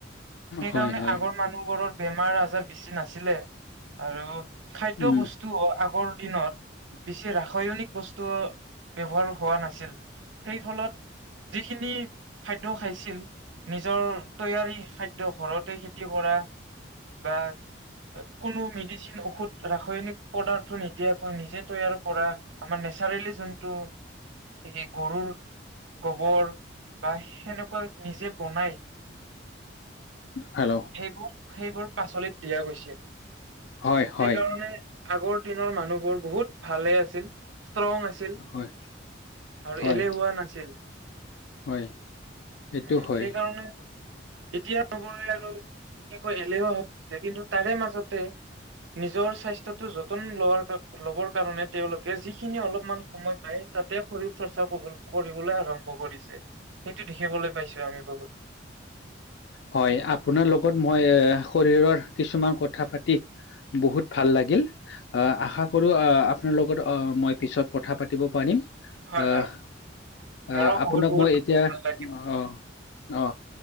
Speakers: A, on the right; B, on the left.
A: সেইকাৰণে
B: হয় হয়
A: আগৰ মানুহবোৰৰ বেমাৰ আজাৰ বেছি নাছিলে আৰু খাদ্য
B: উম
A: বস্তু অ আগৰ দিনত বেছি ৰাসয়নিক বস্তু ব্যৱহাৰ হোৱা নাছিল সেই ফলত যিখিনি খাদ্য খাইছিল নিজৰ তৈয়াৰী খাদ্য ঘৰতে খেতি কৰা বা কোনো মেডিচিন ঔষধ ৰাসয়নিক পদাৰ্থ নিদিয়াকৈ নিজে তৈয়াৰ কৰা আমাৰ নেচাৰেলি যোনটো এই গৰুৰ গবৰ বা সেনেকুৱা নিজে বনাই
B: হেল্ল'
A: সেইবোৰ সেইবোৰ পাচলিত দিয়া গৈছিল সেইকাৰণে
B: হয় হয়
A: আগৰ দিনৰ মানুহবোৰ বহুত ভালে আছিল ষ্ট্ৰং আছ ছিল
B: হয়
A: আৰু
B: হয়
A: এলেহুৱা নাছিল উম
B: হয় এইটো হয়
A: সেইকাৰণে এতিয়া চবৰে আৰু বিশেষকৈ এলেহুৱা হৈছে কিন্তু তাৰে মাজতে নিজৰ স্বাস্থ্যতো যতন লোৱাৰ কা ল'বৰ কাৰণে তেওঁলোকে যিখিনি অলপমান সময় পাই তাতে শৰীৰ চৰ্চা কব কৰিবলৈ আৰম্ভ কৰিছে সেইটো দেখিবলৈ পাইছো আমি বহুত
B: হয় আপোনাৰ লগত মই এ শৰীৰৰ কিছুমান কথা পাতি বহুত ভাল লাগিল আহ আশা কৰো আহ আপোনাৰ লগত আহ মই পিছত কথা পাতিব পাৰিম
A: হয়
B: আহ
A: হয়
B: আহ
A: মোৰো
B: আপোনাক
A: বহুত বহুত
B: মই এতিয়া
A: ভাল লাগিল
B: অ অ